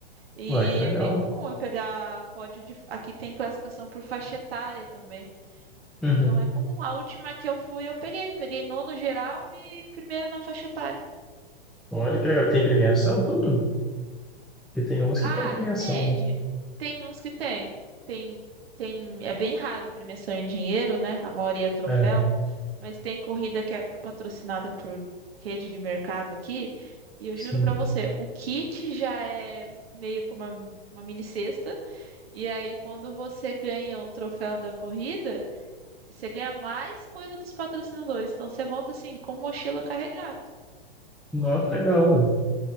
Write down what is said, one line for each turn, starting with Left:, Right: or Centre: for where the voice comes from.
Right: E
Centre: Uai, que legal.
Right: é bem comum eu pegar pódio de. Aqui tem classificação por faixa etária também.
Centre: Uhum.
Right: Então é comum. A última que eu fui, eu peguei. Peguei nono geral e primeiro na faixa etária.
Centre: Olha que legal. E Tem premiação, tudo? Porque tem umas que
Right: Ah,
Centre: tem premiação,
Right: depende.
Centre: né?
Right: Tem uns que tem. Tem, tem, é bem raro premiação em dinheiro, né? A maioria é troféu,
Centre: É,
Right: mas tem corrida que é patrocinada por rede de mercado aqui, e eu
Centre: sim.
Right: juro pra você, o kit já é meio que uma, uma mini cesta, e aí quando você ganha o troféu da corrida, você ganha mais coisa dos patrocinadores, então você volta assim, com mochila carregada.
Centre: Nossa, que legal. mano.